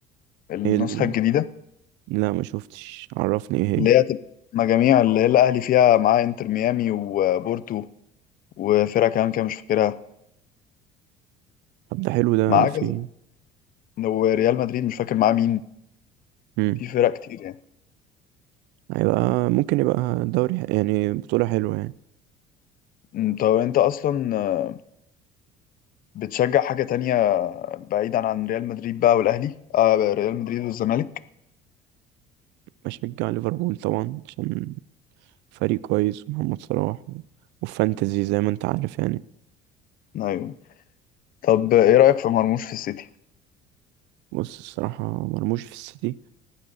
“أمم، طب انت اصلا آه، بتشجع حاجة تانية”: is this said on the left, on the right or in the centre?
Left